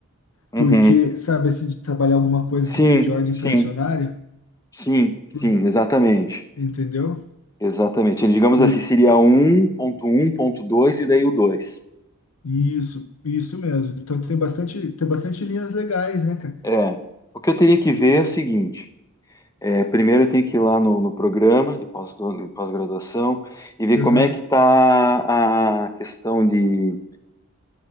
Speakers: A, on the left; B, on the left.
A: Uhum.
B: porque sabe assim de trabalhar alguma coisa
A: Sim,
B: de ordem
A: sim,
B: fracionária,
A: sim, sim,
B: Por-
A: exatamente.
B: entendeu?
A: Exatamente. Ele, digamos
B: Por
A: assim, seria um, um, ponto um ponto 2 e daí o dois.
B: isso, isso mesmo. Então tem bastante, tem bastante linhas legais, né, cara?
A: É. O que eu teria que ver é o seguinte. É, primeiro eu tenho que ir lá no, no programa de pós- de pós-graduação e ver
B: Aham.
A: como é que está a questão de